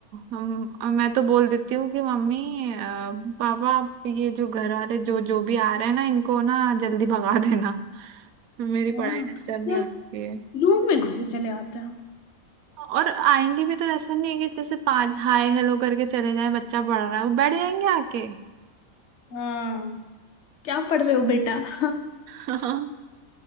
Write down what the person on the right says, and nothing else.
हम मैं तो बोल देती हूँ कि मम्मी अ, पापा आप ये जो घर वाले जो जो भी आ रहे हैं ना इनको ना जल्दी भगा देना मेरी
पढ़ाई डिस्टर्ब नहीं
होनी चाहिए
और आएंगे भी तो ऐसा नहीं है कि जैसे पाँच हाय हेलो करके चले जाए बच्चा पढ़ रहा है वो बैठ जाएंगे आके
<laughs> हाँ